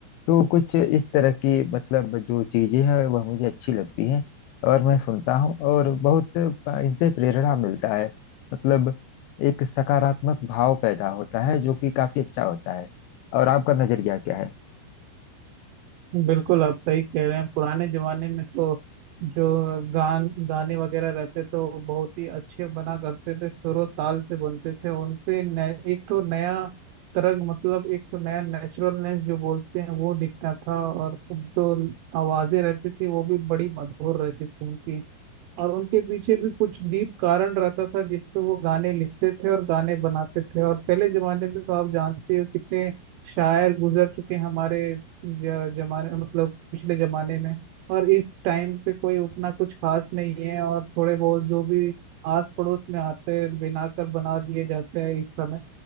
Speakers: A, on the left; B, on the right.
A: तो कुछ इस तरह की मतलब जो चीजें हैं वह मुझे अच्छी लगती हैं और मैं सुनता हूँ और बहुत इनसे प्रेरणा मिलता है मतलब एक सकारात्मक भाव पैदा होता है जो कि काफी अच्छा होता है और आपका नजरिया क्या है
B: बिल्कुल आप सही कह रहे हैं पुराने जमाने में तो जो गान गाने वगैरह रहते थे वो बहुत ही अच्छे बना करते थे सुर और ताल से बनते थे उन पे नए- एक तो नया तरंग मतलब एक तो नया नेचुरलनेस जो बोलते हैं वो दिखता था और जो आवाजें रहती थी वो भी बड़ी मधुर रहती थी उनकी और उनके पीछे भी कुछ डीप कारण रहता था जिस पे वो गाने लिखते थे और गाने बनाते थे और पहले जमाने में तो आप जानते हो कितने शायर गुजर चुके हैं हमारे ज- जमाने मतलब पिछले जमाने में और इस टाइम पे कोई उतना कुछ खास नहीं है और थोड़े बहुत जो भी आस पड़ोस में आते हैं बनाकर बना दिए जाते हैं इस समय